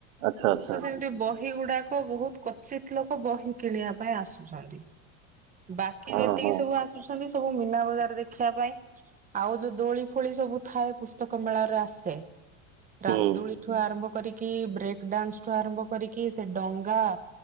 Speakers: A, on the right (about 75°); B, on the right (about 20°).
A: ଆଚ୍ଛା ଆଚ୍ଛା
B: ତ ସେମିତି ବହିଗୁଡାକ ବହୁତ କଥା କୁଚିତ୍ ଲୋକ ବହି କିଣିବା ପାଇଁ ଆସୁଛନ୍ତି। ବାକି
A: ହଁ
B: ଯେତିକି
A: ହଁ
B: ସବୁ ଆସୁ ଆସୁଛନ୍ତି ସବୁ ମୀନା ବଜାର ଦେଖିବା ପାଇଁ ଆଉ ଯୋଉ ଦୋଳି ଫୋଳି ସବୁ ଥାଏ, ପୁସ୍ତକ ମେଳାର ଆସେ ରାମଦୋଳିଠୁ
A: ହୁଁ।
B: ଆରମ୍ଭ କରିକି, ବ୍ରେକ୍ ଡାନ୍ସଠୁ ଆରମ୍ଭ କରିକି, ସେ ଡଙ୍ଗା